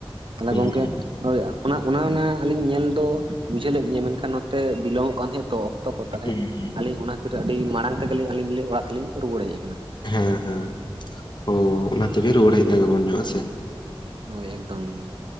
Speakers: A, on the right; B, on the left.
A: ᱛᱟᱞᱦᱮ
B: ᱦᱩᱸ
A: ᱜᱚᱝᱠᱮ
B: ᱦᱩᱸ
A: ᱦᱳᱭ ᱚᱱᱟ ᱚᱱᱟ ᱚᱱᱟ ᱟᱹᱞᱤᱧ ᱧᱮᱞ ᱫᱚ ᱵᱩᱡᱷᱟᱹᱣ ᱞᱮᱫ ᱞᱤᱧᱟᱹ ᱢᱮᱱᱠᱷᱟᱱ ᱱᱚᱛᱮ ᱵᱤᱞᱚᱢᱚᱜ ᱠᱟᱱ ᱛᱟᱦᱮᱸᱫ ᱛᱚ ᱚ ᱠᱚ <inaudible> ᱛᱟᱦᱚᱞᱮ
B: ᱦᱩᱸ ᱦᱩᱸ
A: ᱟᱹᱞᱤᱧ ᱚᱱᱟ ᱠᱷᱟᱹᱛᱤᱨ ᱛᱮ ᱟᱹᱰᱤ ᱢᱟᱲᱟᱝ ᱛᱮᱜᱮ ᱞᱤᱧ ᱟᱹᱞᱤᱧ ᱚᱲᱟᱜ ᱛᱮ ᱞᱤᱧ ᱨᱩᱣᱟᱹᱲ ᱦᱮᱡ ᱟᱠᱟᱱᱟ
B: ᱦᱮᱸ ᱦᱮᱸ ᱚ ᱚᱱᱟ ᱛᱮᱜᱮ ᱨᱩᱣᱟᱹᱲ ᱦᱮᱡ ᱮᱱᱟ ᱞᱚᱜᱚᱱ ᱧᱚᱜ ᱦᱮᱸᱥᱮ
A: ᱦᱳᱭ ᱮᱠᱫᱚᱢ ᱜᱮ